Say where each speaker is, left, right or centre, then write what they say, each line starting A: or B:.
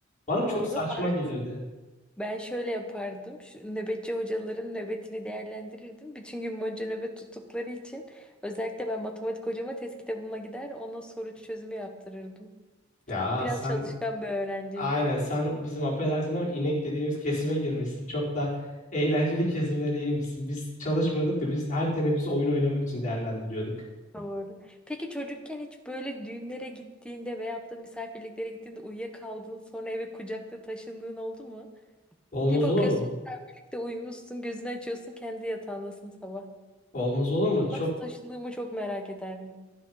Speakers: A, on the left; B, in the centre.
A: Bana
B: Doğru.
A: çok saçma
B: Artı
A: gelirdi.
B: ben şöyle yapardım. Şu nöbetçi hocaların nöbetini değerlendirirdim. Bütün gün boyunca nöbet tuttukları için özellikle ben matematik hocama test kitabımla gider ona soru çözümü yaptırırdım.
A: Ya
B: Biraz
A: sen
B: çalışkan bir öğrenciydim.
A: aynen sen bizim affedersin ama inek dediğimiz kesime girmişsin. Çok da eğlenceli kesimde değilmişsin. Biz çalışmıyorduk da biz her teneffüsü oyun oynamak için değerlendiriyorduk.
B: Doğru. Peki çocukken hiç böyle düğünlere gittiğinde veyahut da misafirliklere gittiğinde uyuyakaldın sonra eve kucakta taşındığın oldu mu?
A: Olmaz
B: Bir bakıyorsun
A: olur mu?
B: de uyumuşsun, gözünü açıyorsun, kendi yatağındasın sabah.
A: Olmaz olur mu? Çok
B: Nasıl taşındığımı çok merak ederdim.